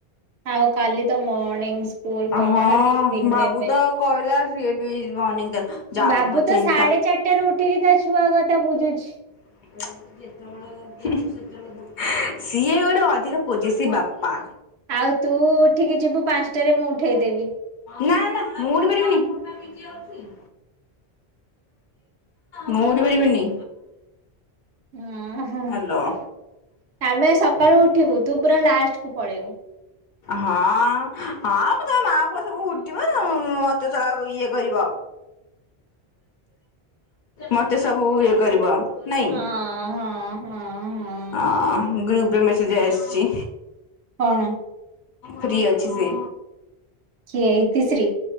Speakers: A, on the right (about 85°); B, on the left (about 55°).
A: ଆଉ କାଲି ତ ମଣିଂଶ୍ ସ୍କୁଲ କଣ
B: ହଁ
A: ଟିଫିନ୍
B: ବାବୁ
A: ନେବେ
B: ତ କହିଲା ସିଏ ବି ମର୍ଣ୍ଣିଂ ତା ଯାହା
A: ବାବୁ
B: ହଉ ମୋ ଚେନ୍ତା।
A: ତ ଶାଢେ ଚାରି ଟାରୁ ଉଠିକି ତା ଛୁଆ କଥା ବୁଝୁଛି।
B: <unintelligible> ସିଏ ଗୋଟେ ଅଧିକ ପୋଜିସି ବାପା।
A: ଆଉ ତୁ ଉଠିକି ଯିବୁ ପାଂସ୍ ଟାରେ ମୁଁ ଉଠେଇଦେବି।
B: ନା ନା ମୁଁ ଉଠି ପାରିବିନି। ମୁଁ ଉଠି ପାରିବିନି।
A: ଓଁ ହଁ
B: ହ୍ୟାଲୋ।
A: ଆମେ ସକାଳୁ ଉଠିବୁ ତୁ ପୁରା ଲାଷ୍ଟକୁୁ ପଳେଇବୁ।
B: ହଁ ହଁ ବ ତମେ ମା ପୁଅ ସବୁ ଉଠିବ ମତେ ସଳା କ ଇଏ କରିବ ମତେ ସବୁ ଇଏ କରିବ। ନାଇଁ
A: ହଁ ହଁ ହଁ ହଁ
B: ଅ ଗ୍ରୁପରେ ମେସେଜ ଆସିଛି।
A: କଣ।
B: ଫ୍ରି ଅଛି ସିଏ।
A: କିଏ ଇତିଶ୍ରୀ?